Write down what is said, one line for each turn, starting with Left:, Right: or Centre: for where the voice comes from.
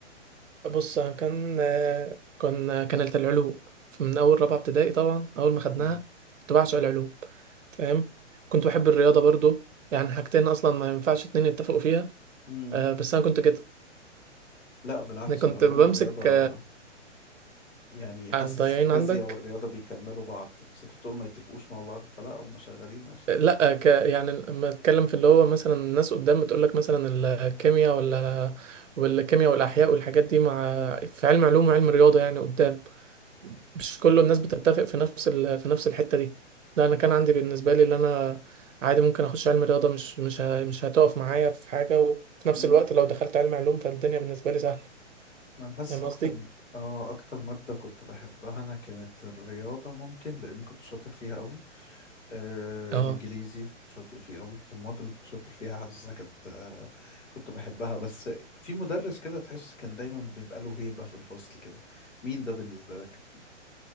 Right: بص أنا كان آه، كان كانت العلوم من اول رابعه ابتدائي طبعا اول ما خدناها
Left: امم
Right: كنت بعشق العلوم تمام كنت بحب الرياضه برضو يعني حاجتين اصلا ما ينفعش اتنين يتفقوا فيها
Left: امم
Right: آه، بس انا كنت كده
Left: لا بالعكس
Right: انا كنت
Left: العلوم
Right: بمسك
Left: والرياضة يعني حاسس
Right: آه، ضايعين
Left: الفيزياء
Right: عندك
Left: والرياضة بيكملوا بعض بس أنت بتقول ما يتفقوش مع بعض فلا هم شغالين أصلا
Right: لا ك يعني لما اتكلم في اللي هو مثلا الناس قدام بتقول لك مثلا الكيمياء ولا والكيمياء والاحياء والحاجات دي مع
Left: امم
Right: في علم علوم وعلم رياضه يعني قدام مش كل الناس بتتفق في نفس ال... في نفس الحته دي لا انا كان عندي بالنسبه لي اللي انا عادي ممكن اخش علم رياضه مش مش ه... مش هتقف معايا في حاجه وفي نفس
Left: امم
Right: الوقت لو دخلت علم علوم فالدنيا بالنسبه لي سهله
Left: ما أنا حاسس
Right: فاهم
Left: أكتر
Right: قصدي
Left: آه أكتر مادة كنت بحبها أنا كانت الرياضة ممكن لأن كنت شاطر فيها أوي آه
Right: اه
Left: الانجليزي شاطر فيه قوي في المواد اللي كنت شاطر فيها حاسسها كانت آه كنت بحبها بس في مدرس كده تحس كان دايما بيبقى له هيبة في الفصل كده مين ده بالنسبة لك